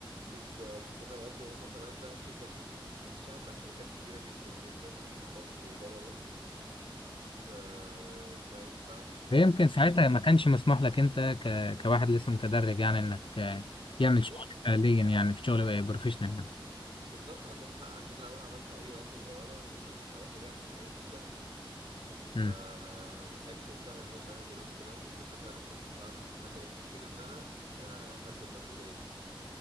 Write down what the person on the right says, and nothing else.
بالظبط انت فاهم قصدي وهم كمان بقى الشركة دي بتشتغل مع شركات كبيرة جدا جدا في مصر وبره مصر فما ينفعش
ما كانش
ينفع
بالظبط
بالظبط عندهم حق عشان لو انا عملت اي غلطة صغيرة هم هيتسوحوا جامد هيروحوا في داهية
فما كانتش مستاهله ان هم ياخدوا الريسك ده وبالذات انا لسه مش متعلم لحد ما يتاكدوا ان انا آه، قد المسؤوليه